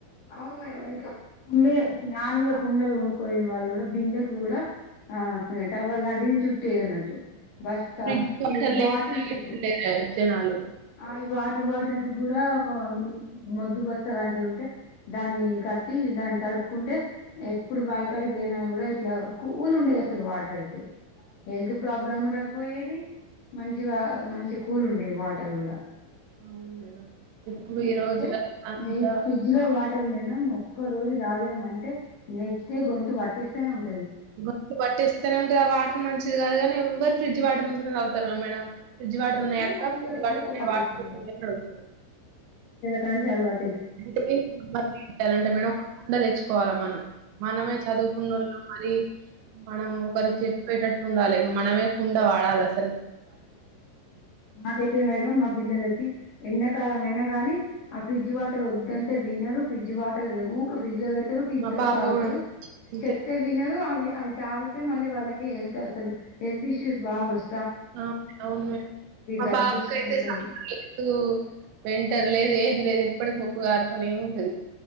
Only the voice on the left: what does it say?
అవును మేడం ఇంకా, కుండే ఒ నార్మల్ కుండలు కొన్ కోయిన వాళ్ళు కూడా బిందెకు కూడా, ఆ టవల్ లాంటిది చుట్టే అన్నట్టు బస్తా
ఈ
బాటిల్స్
కు
ఆ ఈ వాటర్ బాటిల్స్ కూడా ఒక మొద్దు బస్తా లాంటివి ఉంటే దాన్ని కట్టి దాన్ని తడుపుకుంటే ఎప్పుడు బాయకాడికి పోయినా కూడా ఇట్లా కూల్ ఉండేది అసలు వాటర్ ఐతే హెల్త్ ప్రాబ్లమ్ ఉండద్. పోయేది, మంచిగా మంచి కూల్ ఉండేవి వాట్ ర్ ఉడ
ఇప్పు మేమైతే
మీ ఫ్రిజ్ లో వా అంటె మేడం ఒక్క రోజు తాగినం అంటే నెక్స్ట్ డే గొంతు పట్టిస్తనే ఉన్
చిన్న
పిల్లల
కంచి అలవాటు
అయితుంది
కాని చాలా వాట్
మాకైతే మేడం మా పిల్లలకి ఎండాకాలం అయినా కాని ఆ ఫ్రిడ్జ్ వాటర్ వద్దంటే వినరు ఫ్రిడ్జ్ వాటర్ ఎ ఊక ఫ్రిడ్జ్ లో పెడ్ తరు తీస్తరు
తాగుతరు.
చెప్తే వినరు అవి అయి తాగితే మళ్ళీ వాళ్ళకి హెల్త్ అసలు హెల్త్ ఇష్యూస్ బాగ వస్
దగ్గొస్తా
ఉంటది